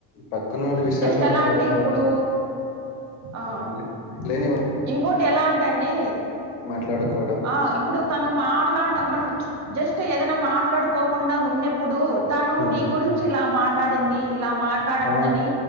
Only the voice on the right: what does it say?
జస్ట్ ఎలా
అంటే ఇప్పుడు ఆ
ఇంకోటి ఎలా అంటె అండి
ఆ ఇప్పుడు తను మాట్లాడ మనం జస్ట్ ఏదైనా మాట్లాడుకోకుండా ఉన్నెప్పుడు తను
నీ గురిం చి ఇలా మాట్లాడింది, ఇలా మాట్లాడందని